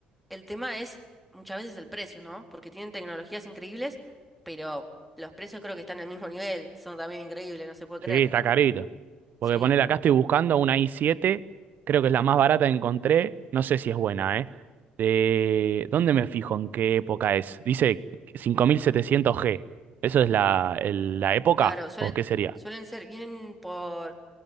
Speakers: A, in the centre; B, on the right.
A: El tema es muchas veces el precio, ¿no? Porque tienen tecnologías increíbles, pero los precios creo que están al mismo <laughs> nivel. Son también increíbles, no se puede creer.
B: Sí, está carito.
A: Sí,
B: Porque ponele acá estoy buscando una i7, creo que es la más barata que encontré, no sé si es buena, ¿eh? De... ¿Dónde me fijo? ¿En qué época es? Dice cinco mil setecientos g ¿Eso es la, el- la época?
A: claro, suelen,
B: ¿O qué sería?
A: suelen ser, vienen por,